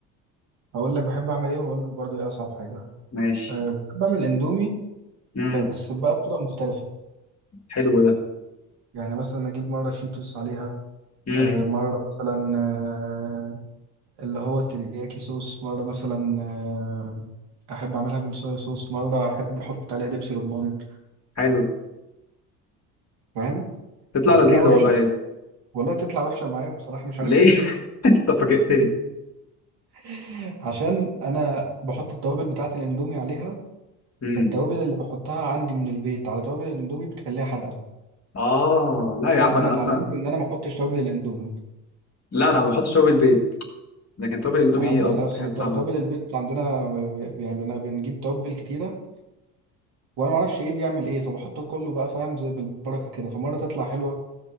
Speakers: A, on the right; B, on the left.
A: هقول لك بحب أعمل إيه وأقول لك برضو إيه أصعب حاجة
B: ماشي
A: أه بحب أعمل إندومي
B: امم
A: بس بقى بطرق مختلفة
B: حلو ده
A: يعني مثلا أجيب مرة شيتوس عليها
B: امم
A: أه مرة مثلا أه اللي هو الترياكي صوص مرة مثلا أه أحب أعملها بالصويا صوص مرة أحب أحط عليها دبس رمان
B: حلو
A: فاهم
B: تطلع
A: وبتطلع
B: لذيذة
A: وحشة
B: والله
A: والله بتطلع وحشة معايا بصراحة مش عارف
B: ليه؟
A: ليه
B: <laughs> انت فاجئتني
A: <laughs> عشان انا بحط التوابل بتاعت الاندومي عليها
B: امم
A: فالتوابل اللي بحطها عندي من البيت على توابل الاندومي بتخليها حادقه
B: اه لا
A: لحد
B: يا عم انا
A: ما اتعلمت
B: اصلا
A: ان انا ما احطش توابل الاندومي
B: لا انا ما بحطش توابل البيت لكن توابل الاندومي
A: انا ب-
B: اه
A: اصل
B: بحب
A: الت-
B: طعمها
A: توابل البيت عندنا ب- ب- يعني بن- بنجيب توابل كتيره وانا ما اعرفش ايه بيعمل ايه فبحط كله بقى فاهم زي بالبركه كده فمره تطلع حلوه